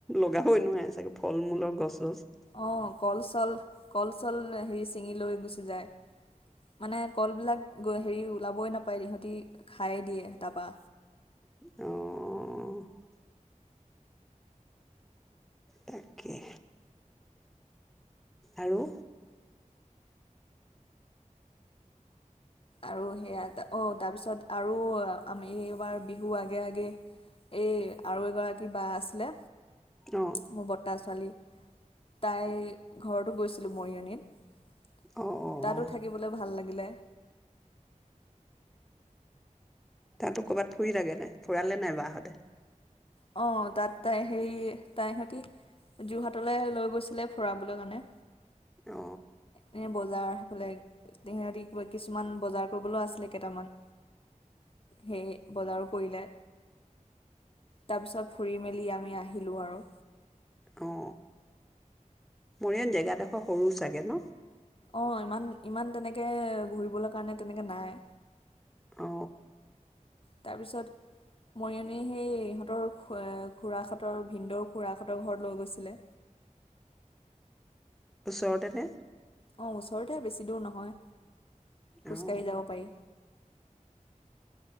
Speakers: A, in the centre; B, on the left.
A: লগাবই নোৱাৰে চাগে ফল মূলৰ গছছজ।
B: অহ কল চল, কল চল হেৰি ছিঙি লৈ গুচি যায়। মানে কলবিলাক হেৰি ওলাবই নাপায় সহঁতি খাই দিয়ে তাপা
A: অহ অহ অহ তাকে আৰু?
B: আৰু সেয়া অহ তাৰপিছত আৰু আমি এইবাৰ বিহু আগে আগে এই আৰু এগৰাকী বা আছিলে
A: অ',
B: মোৰ বৰ্ত্তা ছোৱালী। তাই ঘৰতো গৈছিলো, মৰিয়নিত।
A: অ', অ', অ',
B: তাতো থাকিবলৈ ভাল লাগে <unintelligible>
A: তাতো কৰ'বাত ফুৰিলাগেনে, ফুৰালে নাই বাহঁতে?
B: অঁ তাত তাই সেই, তাইহঁতি যোৰহাটলৈ লৈ গৈছিলে ফুৰাবলৈ কাৰণে।
A: অ।
B: এনে বজাৰ সেইফালে, তেহেঁতি কিছুমান বজাৰ কৰিবলৈ আছিলে কেইটামান, সেই বজাৰো কৰিলে। তাৰপিছত ফুৰি মেলি আমি আহিলোঁ আৰু।
A: অ। মৰিয়নী জেগাডোখৰ সৰু চাগে ন?।
B: অ' ইমান-ইমান তেনেকে ঘূৰিবলৈ কাৰণে তেনেকে নাই।
A: অ
B: তাৰপিছত মৰিয়নিৰ সেই ইহঁতৰ খ খুৰাহঁতৰ ভিনদৌৰ খুৰাহঁতৰ ঘৰত লৈ গৈছিলে।
A: ওচৰতে নে?
B: অ ওচৰতে বেছি দূৰ নহয়। খোজকাঢ়ি
A: অ',
B: যাব পাৰি।